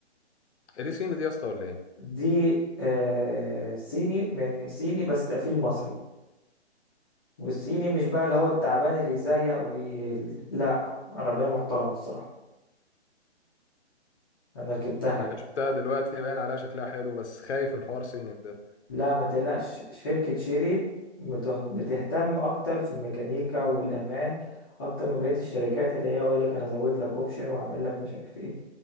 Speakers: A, on the left; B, on the left.
A: دي صيني دي يا اسطى ولا ايه؟
B: دي آه صيني يعني صيني بس تقفيل مصري والصيني مش بقى اللي هو التعبان اللي يزيق وي... لا عربية محترمة الصراحة أنا ركبتها
A: مم. انا
B: يعني
A: شفتها دلوقتي باين عليها شكلها حلو بس خايف من حوار صيني ده
B: لا ما تقلقش شركة شيري مته- بتهتم أكتر في الميكانيكا والأمان أكتر من بقية الشركات اللي هي يقول لك أنا أزود لك أوبشن وأعمل لك مش عارف إيه